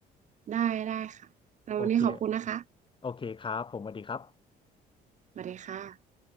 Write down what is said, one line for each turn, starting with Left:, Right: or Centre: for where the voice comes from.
Right: ได้ได้ค่ะสำหรับวันนี้ขอบคุณนะคะ
Left: โอเคโอเคครับผมสวัสดีครับ
Right: สวัสดีค่ะ